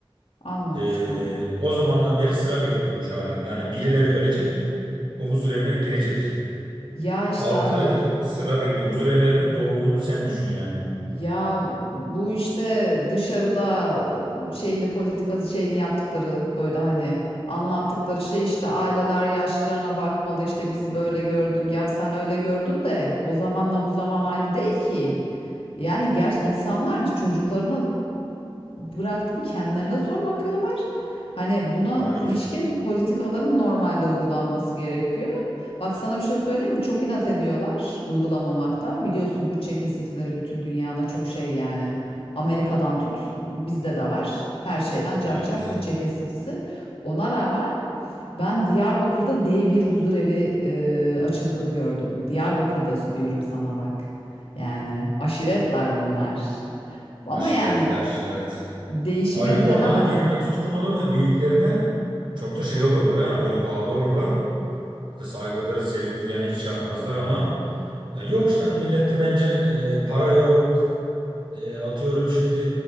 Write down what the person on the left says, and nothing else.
Almamışlar
mı?
Ya işte
abi
ya bu işte dışarıda şeyini politika şeyini yaptıkları böyle hani anlattıkları şey işte aileler yaşlarına bakmalı işte biz böyle gördük ya sen öyle gördün de o zamanla bu zaman aynı değil ki. Yani gerçi insanlar çocuklarına bıraktım kendilerine zor bakıyorlar. Hani buna
ilişkin politikaların normalde uygulanması gerekiyor. Bak sana bir şey söyleyeyim mi? Çok inat ediyorlar uygulamamakta. Biliyorsun bütçe kesintileri bütün dünyada çok şey yani. Amerika'dan tut bizde de var. Her şeyden cart
cart bütçe kesintisi. Ona rağmen ben Diyarbakır'da D1 huzur evi e, açıldığını gördüm. Diyarbakır'da diyorum sana bak. Yani aşiretler bunlar. Ama
yani
değişime
direnemezsin.